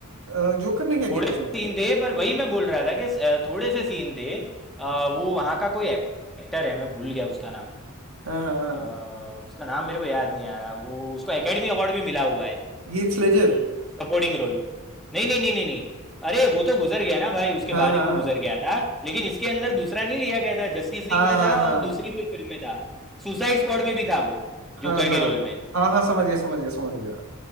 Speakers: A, on the right; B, in the centre.
A: है जोकर ने क्या
B: थोड़े
A: किया था
B: से
A: इसमें
B: सीन थे पर वही मैं बोल रहा था कि अ, थोड़े से सीन थे अ, वो वहाँ का कोई एक्टर है मैं भूल गया उसका नाम
A: हाँ हाँ हाँ
B: अ, उसका नाम मेरे को याद नहीं आ रहा वो उसको एकेडमी अवार्ड भी मिला हुआ है
A: हीथ लेजर
B: सपोर्टिंग रोल नहीं नहीं नहीं नहीं नहीं अरे वो तो गुजर गया ना भाई उसके
A: हाँ
B: बाद
A: हाँ
B: ही वो गुजर गया था लेकिन इसके अंदर दूसरा नहीं लिया गया था जस्टिस लीग
A: हाँ
B: में
A: हाँ
B: था और
A: हाँ
B: दूसरी भी एक फिल्म में था सुसाइड स्क्वाड में भी था वो जोकर
A: हाँ हाँ
B: के रोल में
A: हाँ हाँ समझ गया समझ गया समझ गया